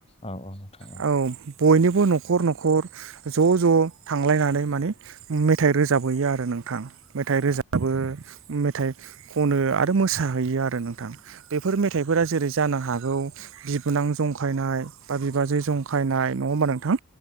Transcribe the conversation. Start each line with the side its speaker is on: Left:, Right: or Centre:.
Left: औ औ नोंथां।
Right: औ बयनिबो न'खर न'खर ज' ज' थांलायनानै माने मेथाइ रोजाबहैयो आरो नोंथां मेथाइ रोजाबो मेथाइ खनो आरो मोसा हैयो आरो नोंथां बेफोर मेथाइफोरा जेरै जानो हागौ बिबोनां जंखायनाय बा बिबाजै जंखायनाय नङा होमबा नोंथां